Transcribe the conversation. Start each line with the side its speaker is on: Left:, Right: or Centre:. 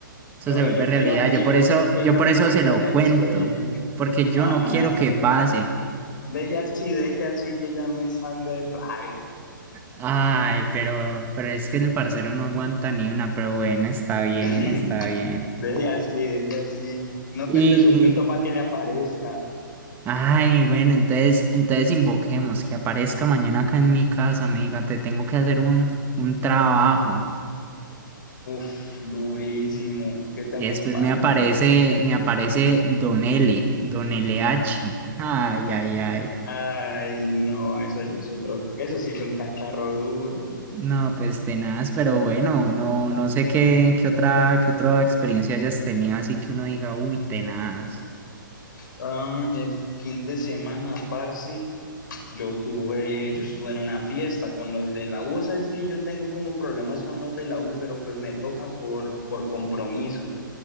Right: Eso
Left: no,
Right: se vuelve
Left: y yo
Right: realidad.
Left: qué iba, y
Right: Yo por
Left: yo
Right: eso,
Left: qué
Right: yo
Left: iba
Right: por
Left: a
Right: eso
Left: contar
Right: se lo
Left: el
Right: cuento,
Left: sueño.
Right: porque
Left: No,
Right: yo no
Left: mano,
Right: quiero que pase.
Left: deje así, deje así que ya me están de rabia.
Right: Ay, pero, pero es que el parcero no aguanta ni una, pero bueno, está bien,
Left: <laughs>
Right: está bien.
Left: Deje así, deje así. No
Right: Y,
Left: cuente su cuento para que le aparezca.
Right: ay, bueno, entonces, entonces invoquemos que aparezca mañana acá en mi casa, me diga, te tengo que hacer un, un trabajo.
Left: Uf, durísimo. Que te acompañe.
Right: Y después me aparece, me aparece Don L, Don LH. Ay, ay, ay.
Left: Ay, no, eso ya es otro. Eso sí es un cacharro duro.
Right: No, pues tenaz, pero bueno, no, no sé qué, qué otra, qué otra experiencia hayas tenido, así que uno diga, uy, tenaz.
Left: Ah, el fin de semana, parce, yo tuve, yo estuve en una fiesta con los de la U. Sabes que yo tengo como problemas con los de la U, pero pues me toca por, por compromiso.